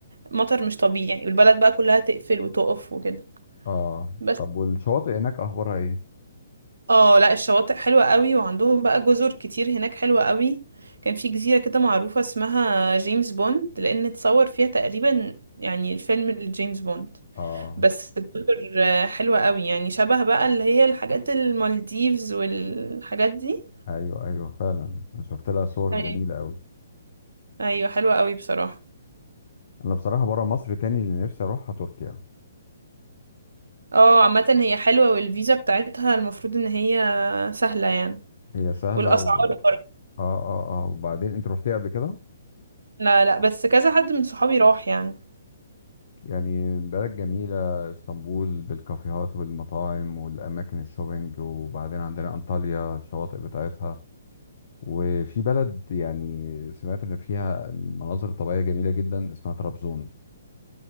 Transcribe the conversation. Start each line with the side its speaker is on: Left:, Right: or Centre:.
Right: مطر مش طبيعي والبلد بقى كلها تقفل وتقف وكده
Left: اه
Right: بس
Left: طب والشواطئ هناك أخبارها إيه؟
Right: اه لا الشواطئ حلوة قوي وعندهم بقى جزر كتير هناك حلوة قوي كان في جزيرة كده معروفة اسمها جيمس بوند لأن اتصور فيها تقريبا يعني الفيلم لجيمس بوند
Left: اه
Right: بس الجزر آه، حلوة قوي يعني شبه بقى اللي هي الحاجات المالديفز والحاجات دي
Left: ايوه ايوه فعلا أنا شفت لها صور
Right: أيوة
Left: جميله قوي
Right: أيوة حلوة قوي بصراحة
Left: انا بصراحه بره مصر تاني اللي نفسي اروحها تركيا
Right: اه عامة هي حلوة والفيزا بتاعتها المفروض ان هي سهلة يعني
Left: هي سهله
Right: والأسعار
Left: و...
Right: برضه
Left: اه اه اه وبعدين انت رحتيها قبل كده
Right: لا لا بس كذا حد من صحابي راح يعني
Left: يعني بلد جميله اسطنبول بالكافيهات والمطاعم والاماكن الشوبينج وبعدين عندنا انطاليا الشواطئ بتاعتها وفي بلد يعني سمعت ان فيها المناظر الطبيعيه جميله جدا اسمها طرابزون